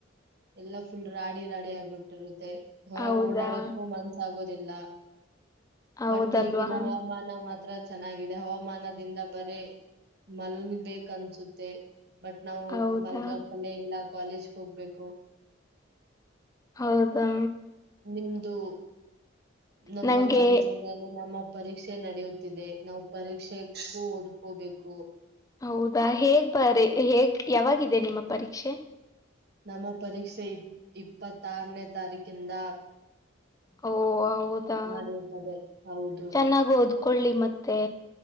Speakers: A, on the right; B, on the left.
A: ಎಲ್ಲಾ ಫುಲ್ ರಾಡಿ ರಾಡಿ ಆಗ್ಬಿಟ್ಟಿರುತ್ತೆ ಹೊರಗ್
B: ಹೌದಾ
A: ಓಡಾಡಕ್ಕೂ ಮನ್ಸ ಆಗೋದಿಲ್ಲ.
B: ಹೌದಲ್ವಾ
A: ಬಟ್ ಈಗಿನ ಹವಾಮಾನ ಮಾತ್ರ ಚೆನ್ನಾಗಿದೆ ಹವಾಮಾನದಿಂದ ಬರೇ ಮಲ್ಬೇಕನ್ಸುತ್ತೆ. ಬಟ್ ನಾವು
B: ಹೌದಾ
A: ಮಲ್ಗಪಲ್ಲೇ ಇಲ್ಲ ಕಾಲೇಜ್ ಹೋಗ್ಬೇಕು.
B: ಹೌದಾ.
A: ನಿಮ್ದು ನಮ್ಮ
B: ನಂಗೆ
A: ಕಾಲೇಜಲ್ಲಿ. ಲಲ್ಲಿ ನಮ್ಮ ಪರೀಕ್ಷೆ ನಡೆಯುತ್ತಿದೆ ನಾವು ಪರೀಕ್ಷೆಕ್ಕೂ ಓದ್ಕೋಬೇಕು.
B: ಹೌದಾ ಹೇಗ್ ಬರಿ ಹೇಗ್ ಯಾವಾಗಿದೆ ನಿಮ್ಮ ಪರೀಕ್ಷೆ.
A: ನಮ್ಮ ಪರೀಕ್ಷೆ ಇ ಇಪ್ಪತ್ತಾರನೇ ತಾರೀಕಿಂದ
B: ಓ ಹೌದಾ
A: ನಡೆಯುತ್ತದೆ ಹೌದು
B: ಚೆನ್ನಾಗ ಹೋದ್ ಕೊಳ್ಳಿ ಮತ್ತೆ